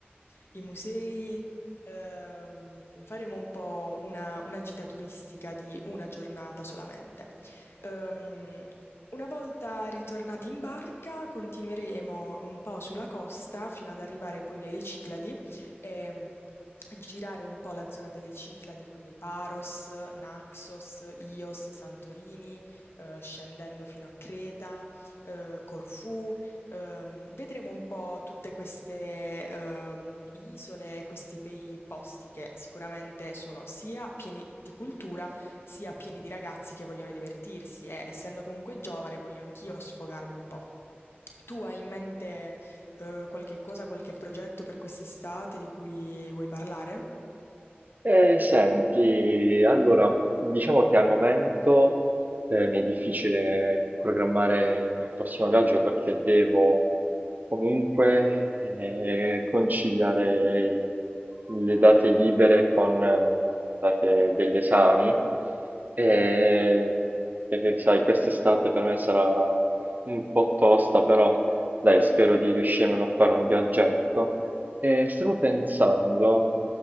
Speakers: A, on the left; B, on the right.
A: i musei. ehm, faremo un po' una, una gita turistica di una giornata solamente. Ehm, una volta ritornati in barca continueremo un po' sulla costa fino ad arrivare poi nelle Cicladi e mm, girare un po' la zona delle Cicladi, quindi Paros, Naxos, Ios, Santorini, eh, scendendo fino a Creta eh, Corfù, ehm, vedremo un po' tutte queste ehm, isole e questi bei posti che sicuramente sono sia pieni di cultura, sia pieni di ragazzi che vogliono divertirsi e essendo comunque giovane voglio anch'io sfogarmi un po'. Tu hai in mente eh, qualche cosa, qualche progetto per quest'estate di cui vuoi parlare?
B: Eh, senti, allora, diciamo che al momento eh, mi è difficile programmare il prossimo viaggio perché devo comunque eh, conciliare le date libere con eh, date degli esami, e, perché sai, quest'estate per me sarà un po' tosta, però dai, spero di riuscire a fare un viaggetto. E stavo pensando